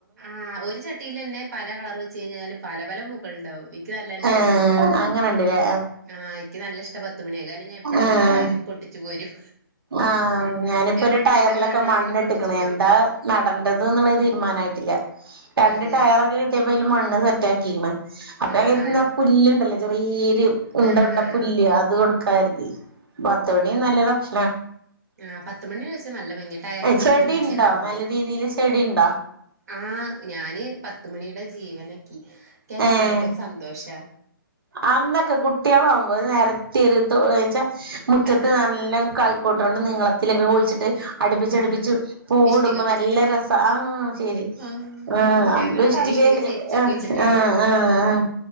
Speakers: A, on the right; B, on the right.
A: ആഹ് ഒര് ചട്ടീലെന്നെ പല കളറ് വെച്ചെഴിഞ്ഞാല് പല, പല പൂക്കൾ ണ്ടാവും ഇ ക്ക് നല്ല അനുഭവണ്ട്.
B: ഏഹ് അങ്ങനെണ്ട്ല്ലേ
A: ആഹ് ക്ക് നല്ല ഇഷ്ട പത്ത്മണി. കാരണം ഞാ എവെടെന്ന്
B: ആഹ്
A: കണ്ടാലും പൊട്ടി ച്ച് പോരും.
B: ആഹ് ഞാന് പ്പൊരു
A: റോഡ്
B: ടയർലൊക്കെ
A: സൈഡിലൊക്കെ കാണാണെങ്കിലും
B: മണ്ണ്ട്ട്ക്ണ്
A: പൊട്ടിച്ചു പോരും
B: എന്താ. നടണ്ടത് ന്ന് ള്ളെര് തീര്മാനായിട്ടില്ല. രണ്ട്
A: അതെ
B: ടയറൊക്കെ കിട്ടിയപ്പെയില് മണ്ണ് സെറ്റാക്കീണ്. അപ്പൊ
A: ആഹ്
B: അയിര്ന്ന
A: ആഹ്
B: പുല്ല്ണ്ടല്ലോ ചെറീര് ഉണ്ട,
A: ആഹ്
B: ഉണ്ട
A: ആഹ്
B: പുല്ല് അത് കൊട്ക്കാര്തി. പത്തു മണി നല്ലൊരൊപ്
A: ആഹ് പത്ത് മണി വെച്ചാ നല്ല ഭംഗിയ. ടയർന്റുള്ളൊക്കെ
B: ചെടിണ്ടോ
A: ഇങ്ങനെ വെച്ച് ഞാ കണ്ടിട്ട്ണ്ട്.
B: നല്ല രീതിയില് ചെടിണ്ടോ
A: ആഹ് ഞാന് പത്ത്മണിടെ ജീവനാക്കി. ക്ക ഹ്‌
B: ഏഹ്
A: കാണുമ്പൊരു സന്തോഷാ.
B: അന്നൊക്കെ കുട്ട്യേളാവുമ്പൊ നെരത്തി ര് തൊ ച്ചെ മുറ്റത്ത്
A: ആ
B: നല്ലൊം കൈ കോട്ടോണ്ട് നീളത്തിലൊക്കെ കുഴിച്ചിട്ട്. അടുപ്പിച്ചടുപ്പിച്ച്
A: ആ
B: പൂവിടുമ്പോ
A: ഇഷ്ടികൊക്കെ
B: നല്ല
A: വെച്ചിട്ട്
B: രസ ആ ശരി
A: ആ
B: ആ അത്
A: ഞങ്ങളതെ
B: പ്പൊ ഇഷ്ടികേ
A: ഇഷ്ടിക
B: എ
A: ചെരിച്ചൊക്കെ
B: അ
A: വെച്ചിട്ടാണ്
B: ആആ ആ